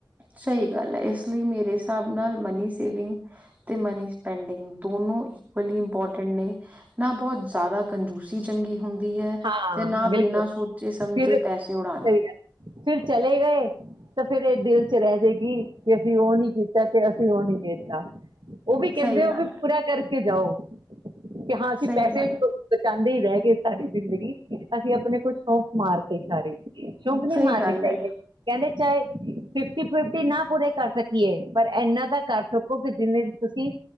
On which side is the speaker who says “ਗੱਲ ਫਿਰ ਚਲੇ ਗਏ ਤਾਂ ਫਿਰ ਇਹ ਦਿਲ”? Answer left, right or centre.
Right